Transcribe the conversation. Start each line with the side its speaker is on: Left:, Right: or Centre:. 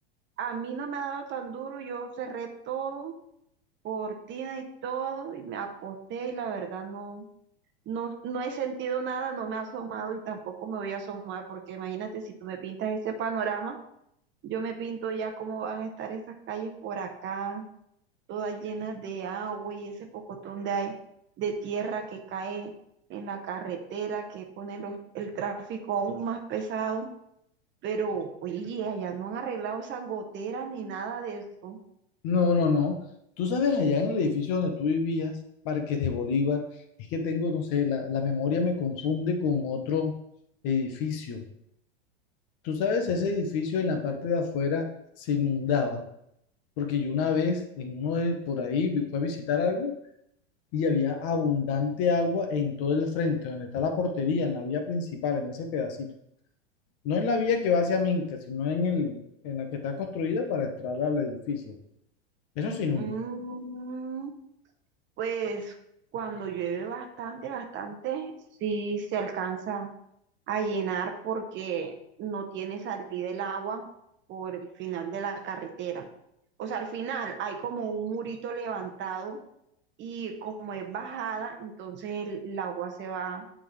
Right: a mí no me ha dado tan duro. Yo cerré todo cortina y todo, y me acosté y la verdad no, no, no he sentido nada, no me ha asomado y tampoco me voy a asomar, porque imagínate si tú me pintas ese panorama, yo me pinto ya cómo van a estar esas calles por acá, todas llenas de agua y ese pocotón de, ae- de tierra que cae en la carretera, que pone los- el tráfico aún más pesado. Pero, oye, allá no han arreglado esas goteras ni nada de eso.
Left: No, no, no. Tú sabes, allá en el edificio donde tú vivías, Parques de Bolívar, es que tengo, no sé, la, la memoria me confunde con otro edificio. Tú sabes, ese edificio en la parte de afuera se inundaba, porque yo una vez en uno de por ahí vi- fui a visitar algo y había abundante agua en todo el frente, donde está la portería, en la vía principal, en ese pedacito. No en la vía que va hacia Minca, sino en el, en la que está construida para entrar al edificio. Eso se inunda.
Right: Mm, Pues cuando llueve bastante, bastante, sí se alcanza a llenar porque no tiene salida el agua por el final de la carretera. O sea, al final hay como un murito levantado y como es bajada, entonces el, el agua se va